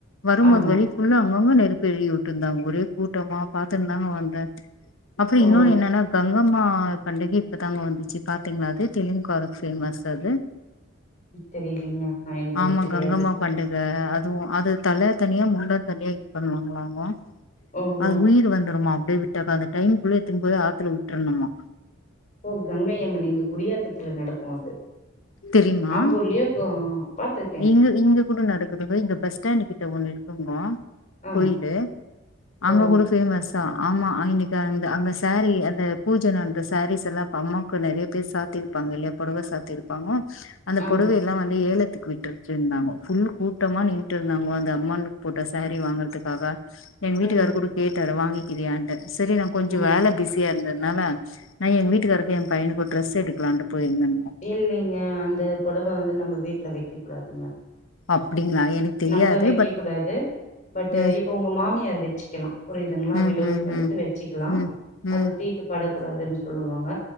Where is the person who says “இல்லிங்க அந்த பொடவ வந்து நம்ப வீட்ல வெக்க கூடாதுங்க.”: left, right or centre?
Left